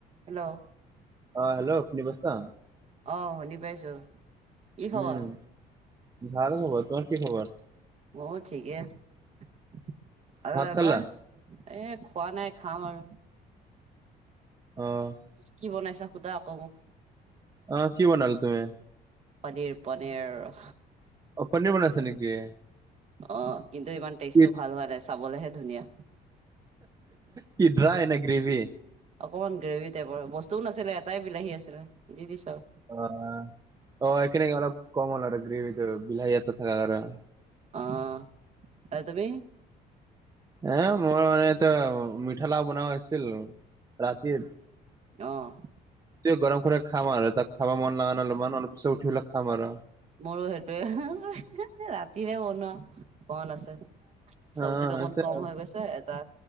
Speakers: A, on the right; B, on the right.
A: Hello
B: অ' hello শুনিপাইছা।
A: অ' শুনি পাইছো। কি খবৰ
B: উম, ভাল খবৰ। তোমাৰ কি খবৰ?
A: অ' ঠিকেই আৰু
B: ভাত
A: এবাৰ
B: খালা
A: এ খোৱা নাই, খাম আৰু।
B: অ'
A: কি বনাইছা সুধা আকৌ মোক।
B: অ কি বনাল তুমি?
A: পনীৰ পনীৰ।
B: অ' পনীৰ বনাইছা নেকি?
A: অ' কিন্তু ইমান টেষ্টটো
B: কি
A: ভাল হোৱা নাই চাবলেহে ধুনীয়া।
B: কি ড্ৰাই নে গ্ৰেভি?
A: অকণমান গ্ৰেভি টাইপৰ, বস্তুও নাছিলে এটাই বিলাহী আছিলে দি দিছো আৰু।
B: অ', অ' সেখিনি অলপ ক'ম হ'ল আৰু গ্ৰেভি টো বিলাহী এটা থাকা কাৰনে।
A: অ'এই তুমি?
B: এ মোৰ মানে এতিয়া মিঠালাও বনোৱা হৈছিল, ৰাতিৰ
A: অহ।
B: গৰম কৰি খাম আৰু তাক খাব মন লাগা নমান অলপিছত উঠিব পেলাই খাম আৰু।
A: মোৰো সেইটোৱে ৰাতিৰে বনোৱা। কমান আছে, চব্জিটো
B: অ
A: অকমান
B: এতিয়া
A: কম হৈ গৈছে। এটা